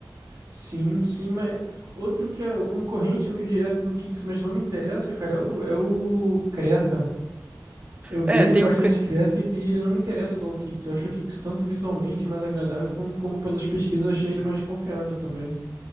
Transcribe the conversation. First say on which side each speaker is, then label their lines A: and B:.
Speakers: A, on the right (about 55°); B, on the right (about 20°).
A: Sim, sim, mas outro que é o concorrente é meio direto do Kicks, mas não me interessa, cara, é o, é o Creta. Eu vejo
B: É, tem
A: bastante
B: o,
A: Creta e, e ele não me interessa igual o Kicks. Eu acho o Kicks tanto visualmente mais agradável, como, como pelas pesquisas eu achei ele mais confiável também.